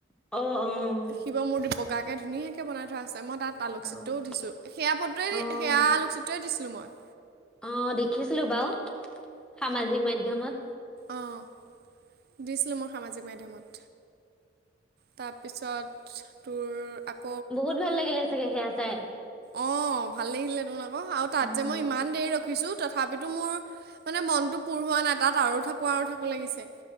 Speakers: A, in the centre; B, on the right.
A: অ' অ'
B: শিৱ মূৰ্তি বগাকে ধুনীয়াকে বনাই থোৱা আছে মই তাত আলুকচিত্ৰওঁ
A: অ'।
B: ওঠিছোঁ। সেয়া ফটোৱে <unintelligible>
A: অ',
B: সেয়া আলোকচিত্ৰই দিছিলোঁ মই।
A: অ' দেখিছিলোঁ বাও সামাজিক মাধ্যমত।
B: অ', দিছিলোঁ মই সামাজিক মাধ্যমত, তাৰপিছত তোৰ আক-
A: বহুত ভাল লাগিলে চাগে সেয়া চাই।
B: অ ভাল লাগিলে তোন আকৌ, আৰু তাত
A: উম।
B: যে মই ইমান দেৰি ৰখিছোঁ। তথাপিতো মোৰ মানে মনটো পুৰ হোৱা নাই, তাত আৰু থাকো আৰু থাকো লাগিছে।